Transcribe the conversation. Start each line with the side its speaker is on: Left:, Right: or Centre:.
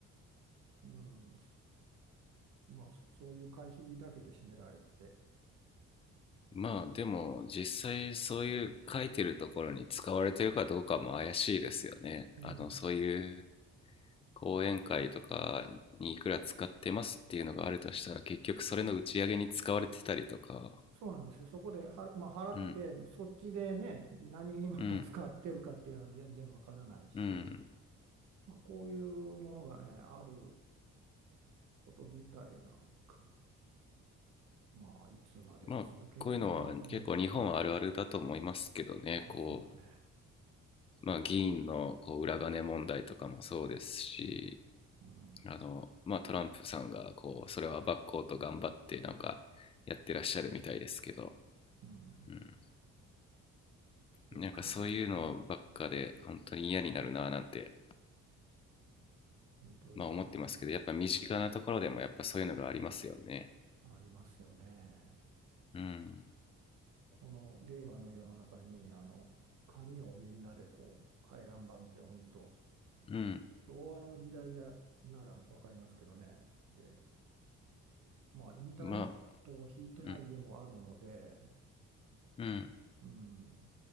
Right: うん、まあ、そういう会費だけで占められて、
Left: まあ、でも、実際そういう書いてるところに使われてるかどうかも怪しいですよね。
Right: うん、
Left: あの、そういう講演会とかにいくら使ってますっていうのがあるとしたら、結局それの打ち上げに使われてたりとか。
Right: そうなんですよ、そこでは、まあ、払って、
Left: うん。
Right: そっちでね、何にまた使ってるかっていうのは全然わからないし、
Left: うん。うん。
Right: まあ、こういうものがね、あること自体なんか、まあ、いつまで続けるんかなと思いながらね、
Left: まあ、こういうのは結構日本あるあるだと思いますけどね。
Right: ですよね。
Left: こう、まあ、議員のこう裏金問題とかもそうですし、
Right: うん、
Left: あの、まあ、トランプさんがこうそれはバッこうと頑張ってなんかやってらっしゃるみたいですけど、
Right: うん、
Left: うん、
Right: いや、
Left: なんかそういうのばっかで本当に嫌になるななんて、
Right: か、うん、本当ですよね。
Left: まあ、思ってますけどやっぱ身近なところでもやっぱそういうのがありますよね。
Right: ありますよね。
Left: うん、
Right: この令和の世の中にあの紙をみんなでこう回覧板って本当
Left: うん、
Right: 昭和の時代やなら分かりますけどねでまあインターネットを引いてない家もあるので、
Left: まあ、うん、うん、
Right: うん、